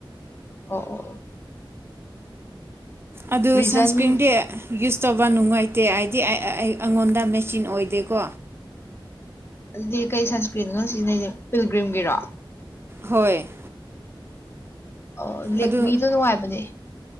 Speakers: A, on the left (about 25°); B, on the right (about 25°).
A: ꯑꯣ ꯑꯣ ꯑꯣ
B: ꯑꯗꯨ
A: ꯔꯤꯖꯟ
B: ꯁꯟꯁꯀ꯭ꯔꯤꯟ ꯗꯤ ꯌꯨꯁ ꯇꯧꯕ ꯅꯨꯡꯉꯥꯏꯇꯦ ꯍꯥꯏꯗꯤ ꯑꯩ ꯑꯩꯉꯣꯟꯗ ꯃꯦꯆꯤꯟ ꯑꯣꯏꯗꯦꯀꯣ
A: ꯑꯗꯨꯗꯤ ꯀꯩ ꯁꯟꯁꯀ꯭ꯔꯤꯟꯅꯣ ꯅꯪ ꯁꯤꯖꯤꯟꯅꯩꯁꯦ ꯄꯤꯜꯒ꯭ꯔꯤꯝꯒꯤꯔꯣ
B: ꯍꯣꯏ
A: ꯑꯣ ꯂꯦꯛꯃꯤꯗꯣ
B: ꯑꯗꯨ
A: ꯅꯨꯡꯉꯥꯏꯕꯅꯦ